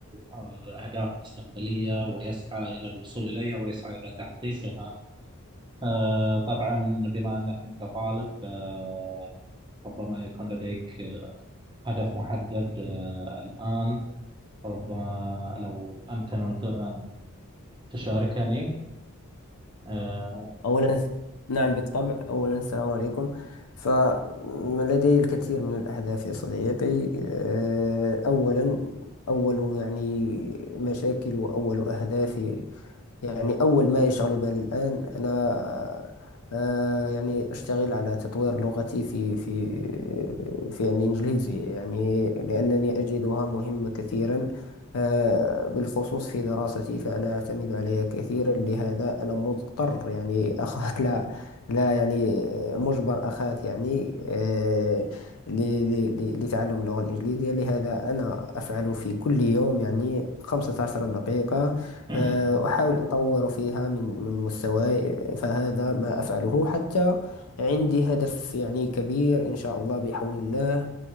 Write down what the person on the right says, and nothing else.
آه، أهداف مستقبلية ويسعى إلى الوصول إليها ويسعى إلى تحقيقها آه، طبعا بما أنك أنت طالب آه، ربما يكون لديك هدف محدد آه، الآن ربما لو أمكن أن أن تشاركني آه،
<clears throat>